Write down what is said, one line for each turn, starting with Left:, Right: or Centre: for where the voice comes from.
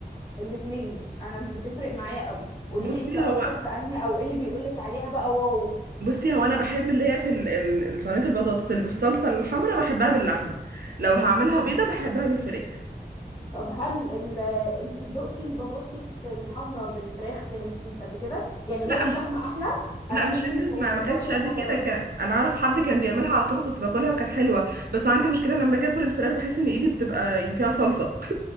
Left: الاثنين انا مش بتفرق معايا قوي قولي
Right: بصي
Left: لي انت اشطر
Right: هو
Left: في انهي او ايه اللي بيقولك عليها بقى واو
Right: بصي هو انا بحب اللي هي في ال- ال- ال- صينية البطاطس اللي بالصلصة الحمرا بحبها باللحمة لو هعملها بيضة بحبها بالفراخ
Left: طب هل ال... انت دقتي البطاطس الحمراء بالفراخ كانت مش قد كده يعني
Right: لا
Left: لو اللحمه احلى انا
Right: لا مش
Left: ممكن
Right: فكرة
Left: تقولي
Right: ما
Left: لي
Right: ما
Left: حوار
Right: كانتش
Left: اللحمه
Right: قد كده
Left: اجربها
Right: كان انا اعرف حد كان بيعملها على طول وكنت باكلها وكانت حلوة بس عندي مشكلة لما باجي اكل الفراخ بحس ان ايدي بتبقى يعني فيها صلصة